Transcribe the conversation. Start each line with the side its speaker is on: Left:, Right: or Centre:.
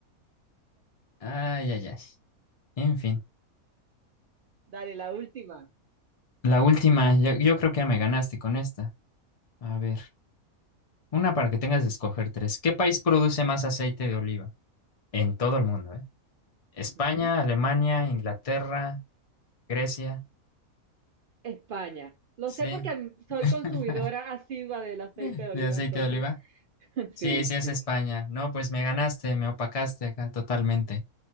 Left: Ay, ay, ay. En fin.
Right: Dale, la última.
Left: La última, yo, yo creo que ya me ganaste con esta. A ver, una para que tengas que escoger tres. ¿Qué país produce más aceite de oliva? En todo el mundo, ¿eh? España,
Right: Ujú.
Left: Alemania, Inglaterra, Grecia.
Right: España. Lo
Left: Sí,
Right: sé porque soy
Left: <laughs>
Right: consumidora asidua del aceite
Left: de
Right: de oliva,
Left: aceite
Right: entonces.
Left: de oliva.
Right: <laughs>
Left: Sí,
Right: Sí,
Left: sí
Right: sí.
Left: es España. No, pues me ganaste, me opacaste acá totalmente.